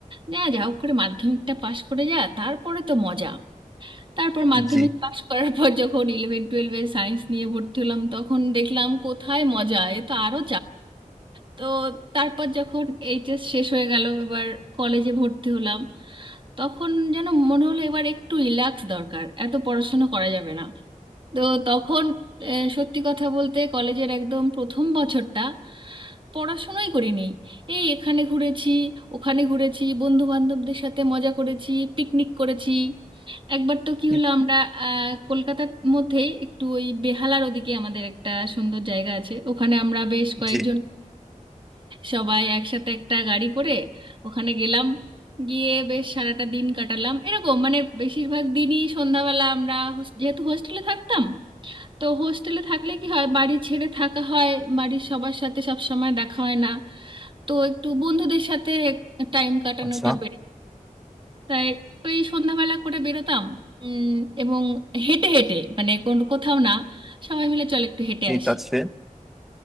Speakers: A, on the right; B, in the centre.
A: যা যা হোক করে মাধ্যমিকটা পাশ করে যা তারপরে তো মজা তারপর মাধ্যমিক
B: জি
A: পাশ করার পর যখন ইলেভেন টুয়েলভে সায়েন্স নিয়ে ভর্তি হলাম তখন দেখলাম কোথায় মজা এ তো আরো তো তারপর যখন এইচএস শেষ হয়ে গেল এবার কলেজে ভর্তি হলাম তখন যেন মনে হলো এবার একটু রিল্যাক্স দরকার এত পড়াশোনা করা যাবে না তো তখন আহ, সত্যি কথা বলতে কলেজের একদম প্রথম বছরটা পড়াশোনাই করিনি এই এখানে ঘুরেছি ওখানে ঘুরেছি বন্ধু বান্ধবদের সাথে মজা করেছি পিকনিক করেছি একবার তো কি
B: হুম,
A: হলো আমরা আহ, কলকাতার মধ্যেই একটু ওই বেহালার ওদিকে আমাদের একটা সুন্দর জায়গা আছে ওখানে আমরা বেশ কয়েকজন
B: জি
A: সবাই একসাথে একটা গাড়ি করে ওখানে গেলাম গিয়ে বেশ সারাটা দিন কাটালাম এরকম মানে বেশিরভাগ দিনই সন্ধ্যাবেলা আমরা হোস- যেহেতু হোস্টেলে থাকতাম তো হোস্টেলে থাকলে কি হয় বাড়ি ছেড়ে থাকা হয় বাড়ির সবার সাথে সব সময় দেখা হয় না তো একটু বন্ধুদের সাথে টাইম কাটানোটা
B: আচ্ছা
A: বেড়ে তাই ওই সন্ধ্যাবেলা করে বেরোতাম উম, এবং হেঁটে হেঁটে মানে কোন কোথাও না সবাই মিলে চল একটু হেঁটে
B: ঠিক
A: আসি
B: আছে